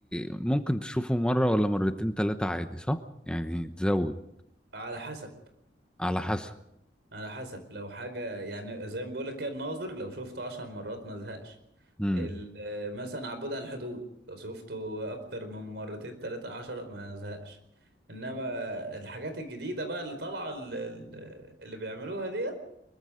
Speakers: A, in the centre; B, on the right (about 70°).
A: ممكن تشوفه مرة ولا مرتين تلاتة عادي صح يعني تزود
B: على حسب
A: على حسب
B: على حسب لو حاجه يعني زي ما بقول لك كده الناظر لو شفته عشر مرات ما زهقش
A: مم.
B: ال- آه، مثلا عبود على الحدود لو شفته اكتر من مرتين تلاتة عشر ما زهقش انما الحاجات الجديدة بقى اللي طالعة ال- ال- اللي بيعملوها ديت